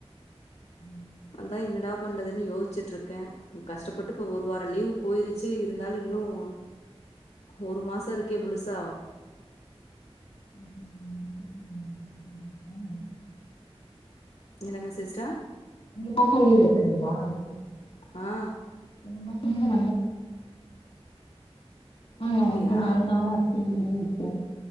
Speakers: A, on the left; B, on the left.
A: <inaudible>
B: அதான் என்னடா பண்றதுன்னு யோசிச்சுட்டு இருக்கேன் கஷ்டப்பட்டு இப்ப ஒரு வாரம் லீவ் போயிருச்சு இருந்தாலும் இன்னும் ஒரு மாசம் இருக்கே முழுசா
A: ம்
B: என்னங்க சிஸ்டர்
A: மாசம் லீவ் இருக்குங்களா
B: ஹா
A: <unintelligible> இப்பதான்
B: அப்டியா
A: அவுங்களுக்கு நாலு நாளா இல்ல இப்ப